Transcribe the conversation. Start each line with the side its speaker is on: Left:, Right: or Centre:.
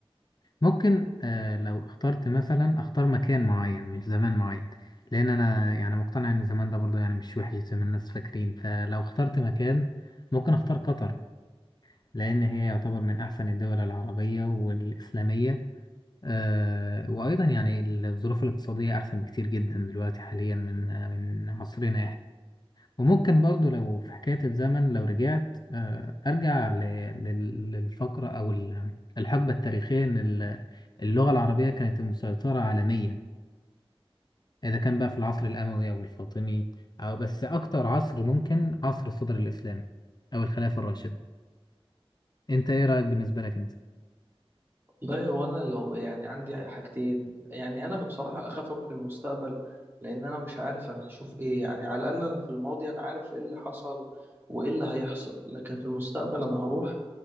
Left: ممكن آه لو اخترت مثلا اختار مكان معين مش زمان معين لان انا يعني مقتنع ان زمان ده برضه يعني مش وحش زي ما الناس فاكرين فلو اخترت مكان ممكن اختار قطر لان هي يعتبر من احسن الدول العربية والاسلامية آه وايضا يعني الظروف الاقتصادية احسن بكتير جدا دلوقتي حاليا من آه من عصرنا وممكن برضو لو في حكاية الزمن لو رجعت آه، أرجع ل- لل- للفقرة أو ال- الحقبة التاريخية إن ال- اللغة العربية كانت مسيطرة عالميا إذا كان بقى في العصر الأموي أو الفاطمي أو بس أكتر عصر ممكن عصر الصدر الإسلامي أو الخلافة الراشدة أنت إيه رأيك بالنسبة لك أنت؟
Right: والله هو انا لو يعني عندي حاجتين يعني انا بصراحة اخاف اروح للمستقبل لان انا مش عارف انا هشوف ايه يعني على الاقل أنا في الماضي انا عارف ايه اللي حصل وايه اللي هيحصل لكن في المستقبل انا هروح